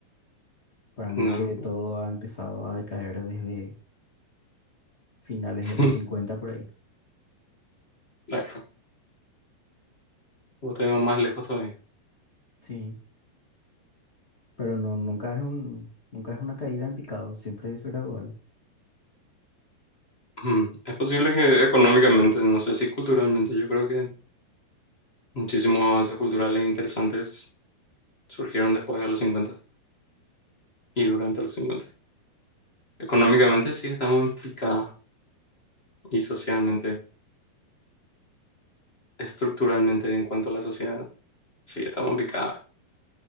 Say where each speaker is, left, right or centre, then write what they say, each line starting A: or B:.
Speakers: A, on the left (about 25°); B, on the left (about 40°).
A: Para mí
B: no,
A: que todo ha empezado a decaer desde finales
B: <laughs>
A: de los 50 por ahí.
B: claro, vos te vas más lejos todavía.
A: Sí, pero no, nunca es un, nunca es una caída en picado, siempre es gradual.
B: Mm, Es posible que económicamente, no sé si culturalmente, yo creo que muchísimos avances culturales interesantes surgieron después de los 50 y durante los cincuenta Económicamente sí estamos en picada y socialmente, estructuralmente en cuanto a la sociedad. Sí, estamos picadas.